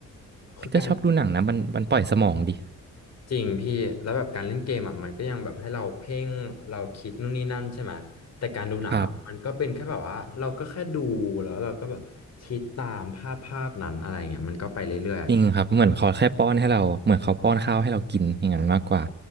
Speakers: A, on the left; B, on the right.
A: คือการ
B: พี่ก็ชอบดูหนังนะมันมันปล่อยสมองดี
A: จริงพี่แล้วแบบการเล่นเกมอ่ะมันก็ยังแบบให้เราเพ่งเราคิดนู่นนี่นั่นใช่ไหมแต่การดูหนังอะมันก็เป็นแค่แบบว่าเราก็แค่ดูแล้วเราก็แบบคิดตามภาพภาพนั้นอะไรเงี้ยมันก็ไปเรื่อยๆอะพี่
B: ครับ จริงครับเหมือนเขาแค่ป้อนให้เราเหมือนเขาป้อนข้าวให้เรากินอย่างนั้นมากกว่า